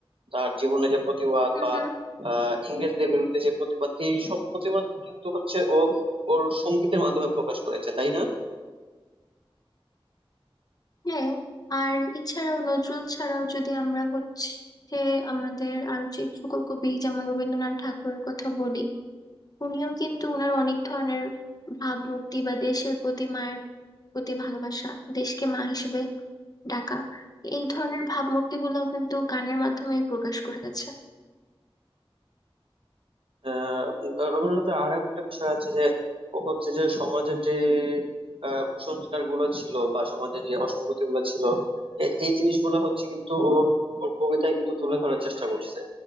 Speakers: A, on the right; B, on the left.
A: তার জীবনে যে প্রতিবাদ
B: হুম
A: বা
B: হুম,
A: আহ ইংরেজদের বিরুদ্ধে যে প্রতিবাদ এই সব প্রতিবাদ কিন্তু হচ্ছে ও ওর সঙ্গীতের মাধ্যমে প্রকাশ করেছে তাই না
B: হ্যাঁ আর এছাড়াও নজরুল ছাড়াও যদি আমরা হচ্ছে আমাদের আরো যে সকল কবি যেমন রবীন্দ্রনাথ ঠাকুরের কথা বলি উনিও কিন্তু ওনার অনেক ধরনের ভাবমূর্তি বা দেশের প্রতি মায়ের প্রতি ভালোবাসা দেশকে মা হিসেবে ডাকা এই ধরনের ভাবমূর্তি গুলো কিন্তু গানের মাধ্যমে প্রকাশ করেছে
A: আহ রবীন্দ্রনাথের আর একটা বিষয় আছে যে ও হচ্ছে যে সমাজের যে আহ, কুসংস্কার গুলো ছিল বা সমাজের যে অসঙ্গতি গুলো ছিল এ- এই জিনিসগুলো হচ্ছে কিন্তু ও ওর কবিতায় কিন্তু তুলে ধরার চেষ্টা করছে